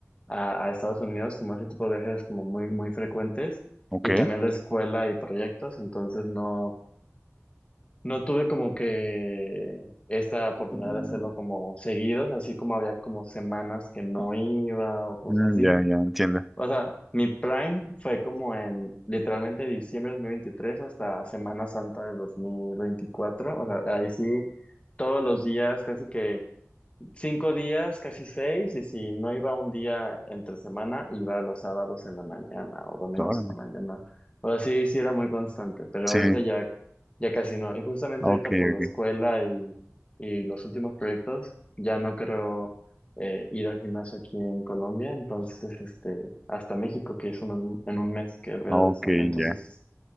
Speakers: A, on the left; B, in the centre.
A: a, a Estados Unidos, como ese tipo de viajes como muy, muy frecuentes
B: ok.
A: y también la escuela y proyectos, entonces no, no tuve como que esta oportunidad
B: Mm,
A: de hacerlo como seguidos, así como había como semanas que no iba o cosas
B: mm,
A: así.
B: ya, ya, entiendo.
A: O sea, mi prime fue como en literalmente diciembre de 2023 hasta Semana Santa de 2024. O sea, ahí sí, todos los días casi que Cinco días, casi seis, y si no iba un día entre semana, iba los sábados en la mañana o domingos
B: Órale.
A: en la mañana. Ahora sí, sí era muy constante, pero
B: Sí,
A: ahorita ya, ya casi no. Y justamente
B: ok,
A: ahorita por
B: ok.
A: la escuela y, y los últimos proyectos, ya no creo eh, ir al gimnasio aquí en Colombia, entonces este, hasta México, que es un- en un mes que voy
B: Ok,
A: a regresar. Entonces,
B: ya.